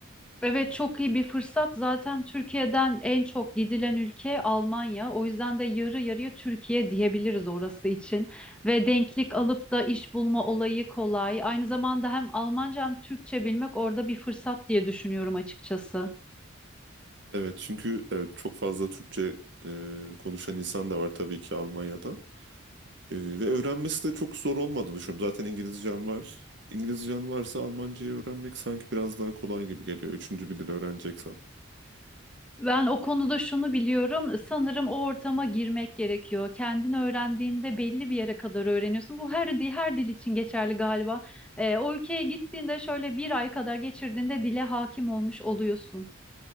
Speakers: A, in the centre; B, on the right.
A: Evet çok iyi bir fırsat. Zaten Türkiye'den en çok gidilen ülke Almanya. O yüzden de yarı yarıya Türkiye diyebiliriz orası için. Ve denklik alıp da iş bulma olayı kolay. Aynı zamanda hem Almanca hem Türkçe bilmek orada bir fırsat diye düşünüyorum açıkçası.
B: Evet çünkü evet çok fazla Türkçe e, konuşan insan da var tabii ki Almanya'da. E, ve öğrenmesi de çok zor olmadığını düşünüyorum. Zaten İngilizcem var. İngilizcen varsa Almancayı öğrenmek sanki biraz daha kolay gibi geliyor. Üçüncü bir dil öğreneceksen.
A: Ben o konuda şunu biliyorum. Sanırım o ortama girmek gerekiyor. Kendin öğrendiğinde belli bir yere kadar öğreniyorsun. Bu her dil, her dil için geçerli galiba. Ee, o ülkeye gittiğinde şöyle bir ay kadar geçirdiğinde dile hakim olmuş oluyorsun.